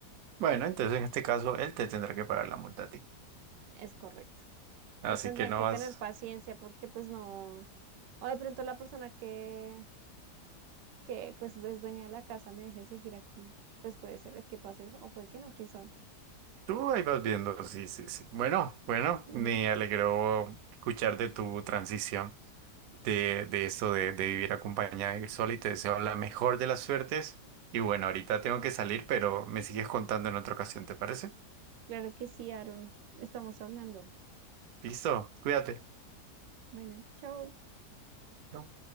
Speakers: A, on the right; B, on the right.
A: Bueno, entonces en este caso él te tendrá que pagar la multa a ti.
B: Es correcto.
A: Así
B: Y tendrán
A: que no
B: que
A: vas.
B: tener paciencia porque pues no, o de pronto la persona que, que pues es dueña de la casa me deje seguir aquí, pues puede ser que pase eso o puede que no, quién sabe.
A: Tú ahí vas viendo, sí, sí, sí. Bueno, bueno,
B: Ujú.
A: me alegró escuchar de tu transición, de, de esto de, de vivir acompañada de ir sola y te deseo la mejor de las suertes. Y bueno, ahorita tengo que salir, pero me sigues contando en otra ocasión, ¿te parece?
B: Claro que sí, Aaron. Estamos hablando.
A: Listo, cuídate.
B: Bueno, chao.
A: Chau.